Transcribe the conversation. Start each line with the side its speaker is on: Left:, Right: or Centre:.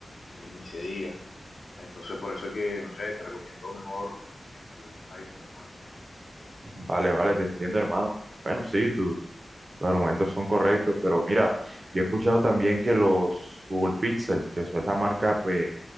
Left: ni, ni se diga. Entonces, por eso es que, no sé, te recomiendo mejor este iPhone, hermano.
Right: Vale, vale, te entiendo, hermano. Bueno, sí, tú. Los argumentos son correctos, pero mira, yo he escuchado también que los Google Pixel, que eso es la marca, pues,